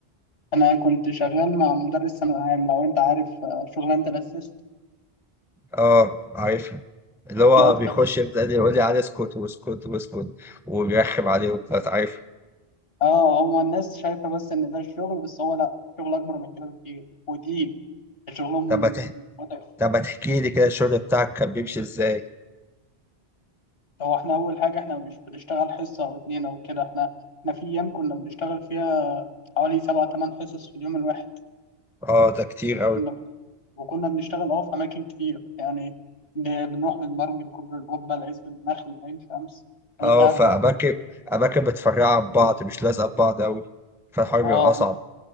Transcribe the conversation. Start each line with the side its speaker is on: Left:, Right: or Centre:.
Left: أنا كنت شغال مع مدرس ثانوي عام لو أنت عارف آه، شغلانة الأسيست
Centre: اه عارفها اللي هو
Left: دي أكتر
Centre: بيخش يبدا يقول لي على اسكت واسكت واسكت وبيرخم عليه وبتاع عارف
Left: أه هو الناس شايفة بس إن ده الشغل بس هو لأ شغل أكبر من كده بكتير وتقيل شغلهم
Centre: طب ما تح-
Left: متعب
Centre: طب ما تحكي لي كده الشغل بتاعك كان بيمشي ازاي
Left: هو إحنا أول حاجة إحنا مش بنشتغل حصة أو اتنين أو كده إحنا إحنا في أيام كنا بنشتغل فيها حوالي سبع تمن حصص في اليوم الواحد
Centre: اه ده كتير قوي
Left: وكنا وكنا بنشتغل اه في أماكن كتير يعني ن- بنروح من مرج لكوبري القبة لعزب النخل لعين شمس وأنت
Centre: اه
Left: عارف
Centre: فاماكن
Left: ال-
Centre: اماكن متفرعه عن بعض مش لازقه في بعض قوي فالحوار بيبقى
Left: اه
Centre: اصعب
Left: ما